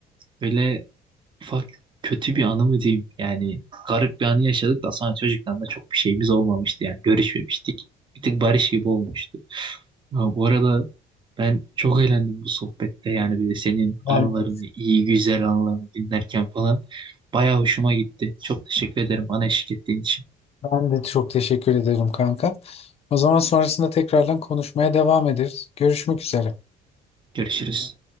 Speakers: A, on the right (about 30°); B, on the left (about 35°).
A: Öyle ufak kötü bir anı mı diyeyim? Yani garip bir anı yaşadık da sonra çocuktan da çok bir şeyimiz olmamıştı yani görüşmemiştik. Bir tık barış gibi olmuştu. Ya bu arada ben çok eğlendim bu sohbette yani böyle senin anılarını,
B: Ben de,
A: iyi güzel anılarını dinlerken falan. Bayağı hoşuma gitti. Çok teşekkür ederim bana eşlik ettiğin için.
B: ben de çok teşekkür ederim kanka. O zaman sonrasında tekrardan konuşmaya devam ederiz. Görüşmek üzere.
A: Görüşürüz.